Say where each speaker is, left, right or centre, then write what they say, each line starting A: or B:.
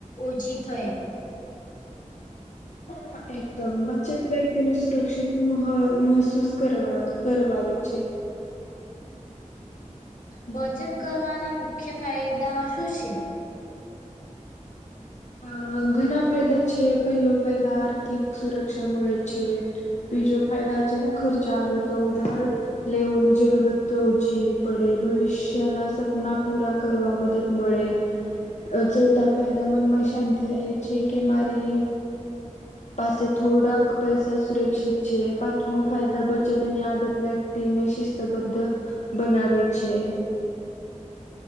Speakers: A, on the left; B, on the left.
A: ઓછી થય
B: હા એકદમ બચત વ્યક્તિને સુરક્ષિત મહ મહસૂસ કરવાવે કરવાવેે છે.
A: બચત કરવાના મુખ્ય ફાયદા શું શે?
B: હા ઘના ફાયદા છે પહેલો ફાયદા આર્થિક સુરક્ષા મળે છે. બીજો ફાયદા અચાનક ખર્ચા આવે તો ઉધાર લેવોની જરૂરત તો ઓછી પડે ભવિષ્યના સપના પૂરા કરવા મદદ મળે અ ચોતા ફાયદા મનમાં શાંતિ રહે છે કે મારી પાસે થોડાક પૈસા સુરક્ષિત છે. પાંચમો ફાયદા બચતની આદત વ્યક તીને શિસ્તબદ્ધ બનાવે છે.